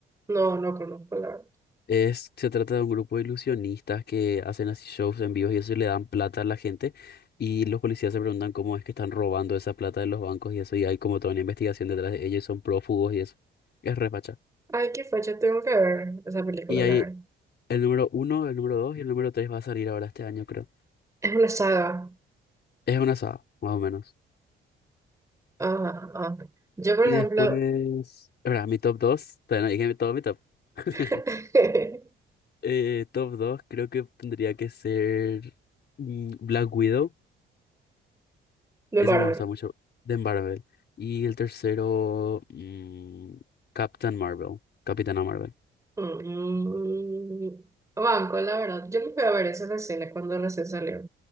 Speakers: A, on the right; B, on the left.
A: No, no conozco, la verdad.
B: Es, se trata de un grupo de ilusionistas que hacen así shows en vivo y eso y le dan plata a la gente y los policías se preguntan cómo es que están robando esa plata de los bancos y eso y hay como toda una investigación detrás de ellos, y son prófugos y eso. Es repacha.
A: Ay, qué facha, tengo que ver esa película,
B: Y
A: la
B: hay
A: verdad.
B: el número uno, el número dos y el número tres va a salir ahora este año, creo.
A: Es una saga.
B: Es una saga, más o menos.
A: Ah, ah. Yo, por
B: Y
A: ejemplo,
B: después, ¿verdad? Mi top dos, todavía no dije mi- todo mi top. <laughs>
A: <laughs>
B: Eh, top dos creo que tendría que ser mm, Black Widow.
A: de
B: Ese
A: Marvel.
B: me gusta mucho, de Marvel. Y el tercero, mm, Captain Marvel, Capitana Marvel.
A: Mm, banco, la verdad. Yo me fui a ver esa recién, cuando recién salió.